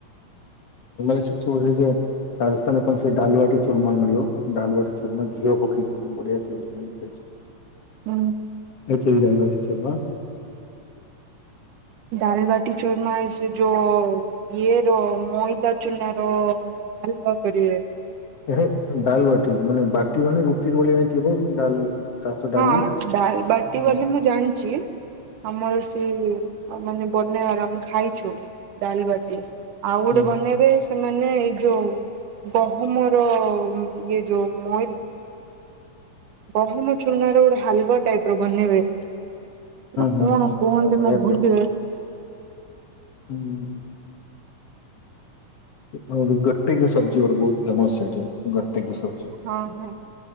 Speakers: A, on the left; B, on the right.
A: ଅଛୁ? ସିଘ୍ର ଯା। ରାଜସ୍ଥାନ କଣ ସେ ଡାଲବାଟି ଚୁର୍ମା ମିଳିବ ଡାଲବାଟି ଚୁମା ଘିଅ ପକେଇକି ବଢିଆ ଥିବ ସେଥିରେ। ରିକ୍ୱେଷ୍ଟେ।
B: ହୁଁ।
A: ଖେଚଡି ଡାଲବାଟି ଚୁର୍ମା।
B: ଡାଲ ବାଟି ଚୂରୁମା ସେ ଯୋ ଇଏ ର ମଇଦା ଚୁନାର। ହାଲୋ କରିବେ।
A: ଏହେ ଡାଲ୍ ବାଟି ମାନେ ବାଟି ମାନେ ରୁଟିର ଭଳିଆ ଥିବ ଡାଲ ତା ସହିତ ଡାଲି
B: ହଁ ଡାଲ ବାଟି
A: ହୁଁ
B: ବୋଲି ମୁଁ ଜାଣିଛି ଆମର ସିଏ ମାନେ ବନେଇବାର ଆମେ ଖାଇଛୁ ଡାଲ ବାଟି ଆଉ ଗୋଟେ
A: ହୁଁ
B: ବନେଇବେ ସେମାନେ ଏଇ ଯୋଉ ଗହମର ଇଏ ଯୋଉ ମଇ ଗହମ ଚୁନ ର ଗୋଟେ ହାଲବା ଟାଇପ ର ବନେଇବେ <unintelligible>
A: ହୁଁ
B: କଣ
A: ହୁଁ
B: କୁହନ୍ତି
A: ଏ ବଢିଆ
B: ମୁଁ ଭୁଲି
A: ହୁଁଁ। ଆଉ <unintelligible> ସବଜି ଗୋଟେ ବହୁତ ଫେମସ ସେଇଠି <unintelligible>
B: ହଁ ହଁ।